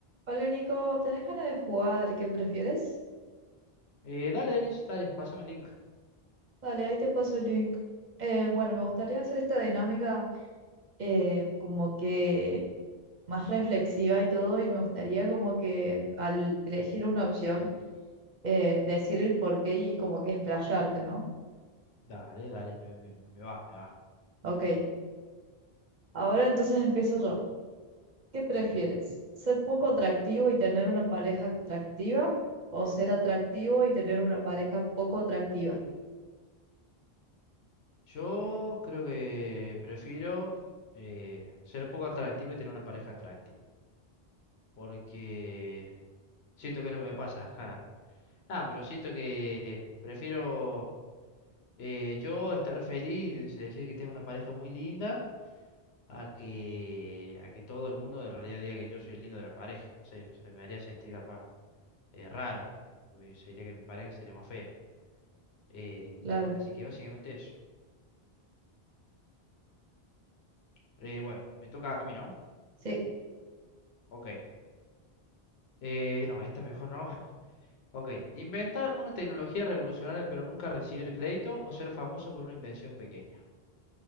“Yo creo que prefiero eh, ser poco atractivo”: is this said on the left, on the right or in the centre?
Left